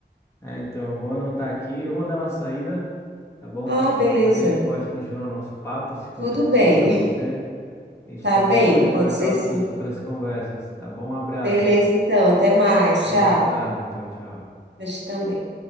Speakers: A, on the left; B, on the right.
A: É, então, eu vou anotar aqui. Eu vou dar uma saída, tá bom,
B: Ah,
A: Camila?
B: beleza.
A: Depois a gente pode continuar o nosso papo, se for
B: Tudo
A: tranquilo
B: bem,
A: para você. A gente
B: tá
A: também
B: bem,
A: pode marcar
B: pode ser
A: outros,
B: sim.
A: outras conversas, tá bom? Um abraço,
B: Beleza, então, até mais,
A: uma
B: tchau.
A: boa tarde. Tchau, tchau.
B: Mas também.